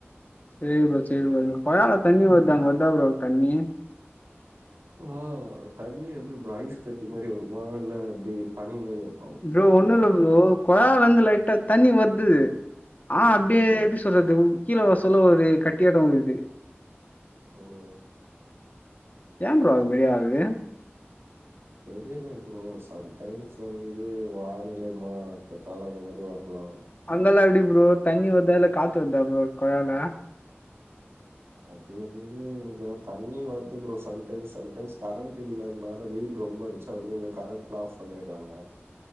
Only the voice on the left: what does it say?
சேரி ப்ரோ சேரி ப்ரோ கொளால தண்ணி வருது அங்க வருதா ப்ரோ தண்ணி
ப்ரோ ஒண்ணு இல்ல ப்ரோ கொழாலந்து லைட்டா தண்ணி வருது
ஆ அப்டியே சொல்றது கீழ வசல ஒரு கட்டியாட்டோ வருது
ஏ ப்ரோ அது மாரி ஆவுது
அங்கல்லா எப்டி ப்ரோ தண்ணி வர்தா இல்ல காத்து வர்தா ப்ரோ கொழால